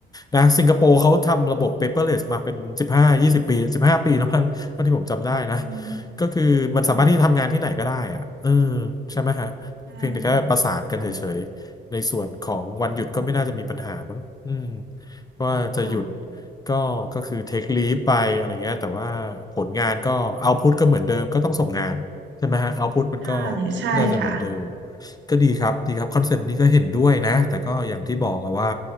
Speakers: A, on the left; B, on the right.
A: นะสิงคโปร์เขาทำระบบ paperless มาเป็นสิบห้ายี่สิบปีสิบห้าปีแล้วมั้งเท่าที่ผมจำได้นะ
B: อืม
A: ก็คือมันสามารถที่จะทำงานที่ไหนก็ได้อะเออ
B: ค่ะ
A: ใช่ไหมฮะเพียงแต่แค่ประสานกันเฉยๆในส่วนของวันหยุดก็ไม่น่าจะมีปัญหามั้งอืม
B: ใช่ค่ะค่ะอืม
A: ว่าจะหยุด
B: ค่ะ
A: ก็ก็คือ take leave ไปอะไรเงี้ยแต่ว่าผลงานก็ output ก็เหมือนเดิมก็ต้องส่งงานใช่ไหมฮะ output มันก็
B: ใช่ใช่ค่ะ
A: น่าจะเหมือนเดิม ก็ดีครับดีครับคอนเซปต์นี้ก็เห็นด้วยนะแต่ก็อย่างที่บอกอะว่า